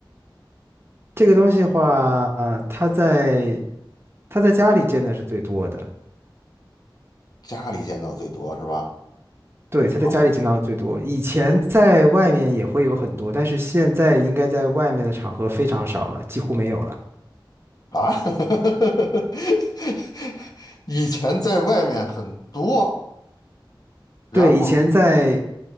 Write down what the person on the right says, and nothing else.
这个东西的话，啊，它在它在家里见的是最多的。
对，他在家里见到的最多，
以前在外面也会有很多，但是现在应该在外面的场合非常少了，几乎没有了。
对，以前在，